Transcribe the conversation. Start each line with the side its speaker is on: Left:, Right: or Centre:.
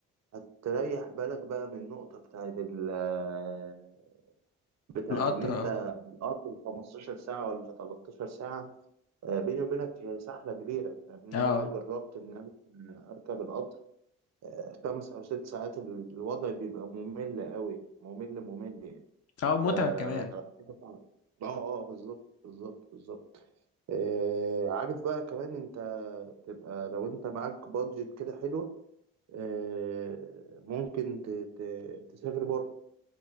Right: هتريح بالك بقى من النقطة بتاعت ال آه، بتاعت
Left: القطر
Right: إن أنت
Left: اه
Right: القطر 15 ساعة ولا 13 ساعة آه، بيني وبينك هي سحلة كبيرة يعني أنا
Left: اه
Right: برضو جربت إن أنا أركب القطر آه، خمس أو ست ساعات الوضع بيبقى ممل أوي ممل ممل يعني
Left: اه متعب
Right: ف آه،
Left: كمان
Right: حاجة صعبة. اه اه بالظبط بالظبط بالظبط آه، عارف بقى كمان انت تبقى لو انت معاك بادجت كده حلوة آه، ممكن ت- ت- تسافر بره